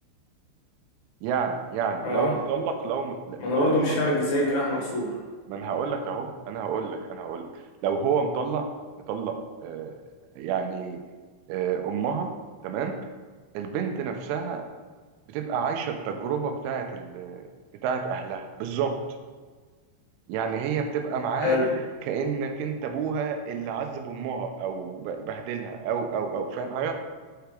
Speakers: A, on the right (about 85°); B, on the left (about 70°).
A: يعني يعني
B: اه
A: لو مطلق لو م... لو
B: ما أنا برضو
A: مطلق
B: مش فاهم ازاي الجناح مكسور
A: ما انا هقول لك اهو انا هقول لك انا هقول لك لو هو مطلق مطلق آه يعني آه امها تمام البنت نفسها بتبقى عايشه التجربه بتاعه ال- بتاعه اهلها بالظبط يعني هي بتبقى معاك
B: حلو
A: كانك انت ابوها اللي عذب امها او ب- بهدلها او او او فاهم حاجه